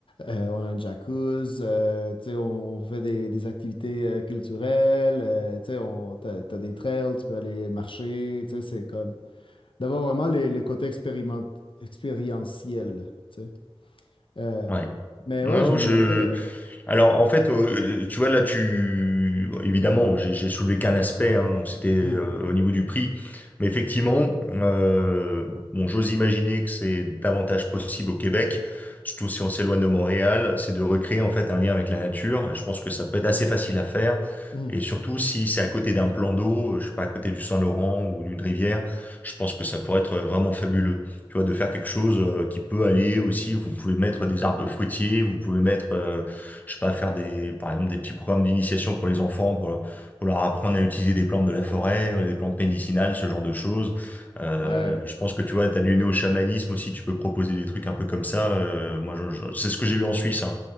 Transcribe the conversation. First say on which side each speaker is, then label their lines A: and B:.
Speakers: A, on the left (about 65°); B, on the left (about 15°).
A: euh, on a un jacuzzi, euh, tu sais, on, on fait des, des activités euh, culturelles, euh, tu sais, on, t'as, t'as des trails, tu peux aller marcher, tu sais, c'est comme d'avoir vraiment les- le côté expériment, expérientiel, tu sais. Euh,
B: Ouais.
A: mais
B: Non,
A: ouais,
B: non,
A: je me
B: je,
A: demandais...
B: alors, en fait, euh, tu vois, là, tu... Évidemment, j'ai j'ai soulevé qu'un aspect, hein, donc c'était
A: euh,
B: euh,
A: <clears throat> <laughs>
B: au niveau du prix. Mais effectivement, euh, bon, j'ose imaginer que c'est davantage possible au Québec, surtout si on s'éloigne de Montréal, c'est de recréer, en fait, un lien avec la nature. Et Je pense que ça peut être assez facile à faire.
A: Mmh.
B: Et surtout, si c'est à côté d'un plan d'eau, euh, je sais pas, à côté du Saint-Laurent ou d'une rivière, je pense que ça pourrait être euh, vraiment fabuleux. Tu vois, de faire quelque chose euh, qui peut allier aussi, vous pouvez mettre des arbres fruitiers, vous pouvez mettre... euh, je sais pas, faire des, par exemple, des petits programmes d'initiation pour les enfants, pour, leur- pour leur apprendre à utiliser des plantes de la forêt, euh, des plantes médicinales, ce genre de choses. Euh,
A: Ouais.
B: je pense que tu vois, t'as du néo-chamanisme aussi, tu peux proposer des trucs un peu comme ça. Euh, moi, je- je- c'est ce que j'ai eu en Suisse. hein.